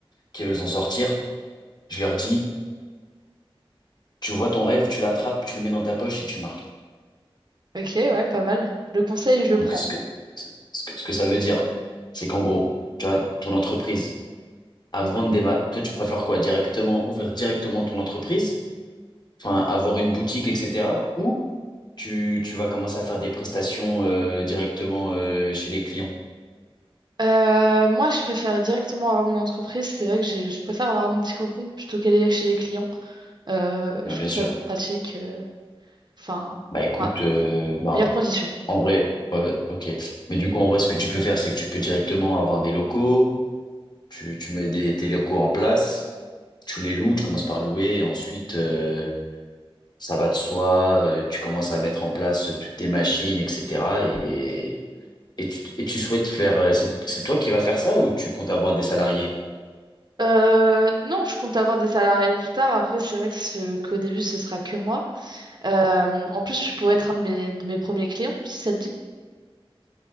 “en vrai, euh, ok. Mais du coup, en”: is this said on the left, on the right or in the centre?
Left